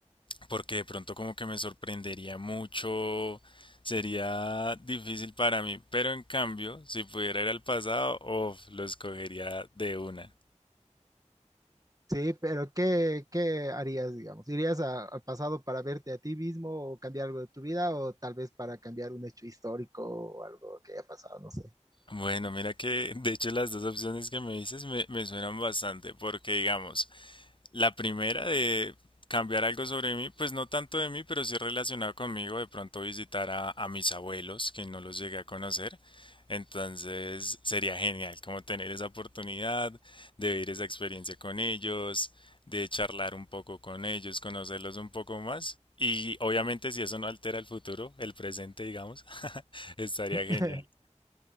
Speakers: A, on the left; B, on the right.
A: porque de pronto como que me sorprendería mucho, sería difícil para mí, pero en cambio, si pudiera ir al pasado, uf, lo escogería de una.
B: Sí, pero ¿qué, qué harías, digamos? ¿Irías a- al pasado para verte a ti mismo o cambiar algo de tu vida o tal vez para cambiar un hecho histórico o algo que haya pasado? No sé.
A: Bueno, mira que de hecho las dos opciones que me dices me, me suenan bastante, porque digamos, La primera de cambiar algo sobre mí, pues no tanto de mí, pero sí relacionado conmigo, de pronto visitar a, a mis abuelos, que no los llegué a conocer. Entonces sería genial como tener esa oportunidad de vivir esa experiencia con ellos, de charlar un poco con ellos, conocerlos un poco más. Y obviamente si eso no altera el futuro, el presente, digamos, <laughs> estaría
B: <laughs>
A: genial.